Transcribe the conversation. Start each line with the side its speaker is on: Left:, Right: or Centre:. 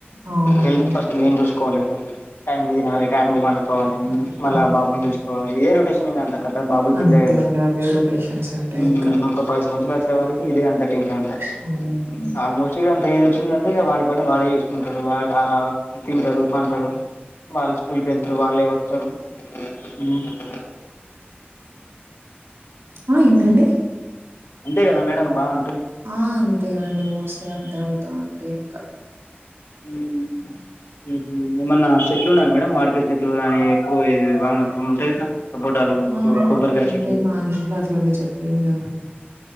Right: అవునండి
Left: హెల్త్ ఫస్ట్ మేము చూసుకోవాలి కదా టైమ్ తినాలి టైమ్ పండుకోవాలి మళ్ళా
Right: ఆ
Left: బాబుని చూసుకో ఇదే రొటేషన్ ఇంగ అంత కత బాబు
Right: అంతే
Left: పెద్ద గయే వరకు
Right: అండి అవే రొటేషన్స్ ఉంటాయి
Left: ఊ
Right: ఇంకా
Left: ఒక పది సంవత్సరాలు వచ్చే వరకి ఇదే అంత టెన్షన్ ఉంటది
Right: హ్మ్.
Left: ఆల్మోస్ట్ ఇగ అంత ఏ వచ్చిదంటే ఇగ పని వాడేచేసుకుంట టరు వాళ్ ఆ తింటరు పంటరు వాళ్ళు స్కూల్ కేళ్తారు వాళ్ళే వతరు ఊ
Right: ఊ ఆ ఏంటండి
Left: అంతే కదా మేడమ్ బాగుం
Right: ఆ అంతేనండి మోస్ట్లీ అంతే అవుతాం అంటే ఇంక
Left: హ్మ్ ఏమన్న చెట్లు ఉన్నాయ మేడం మాడికాయ చెట్లు గాని ఎక్కువ ఉంటయి గా సపోటాలు
Right: ఆ
Left: కొబ్బరికాయ
Right: అంటే
Left: చెట్లు
Right: మా ఇంట్లో అట్లాంటి చెట్లు ఏం లేవండి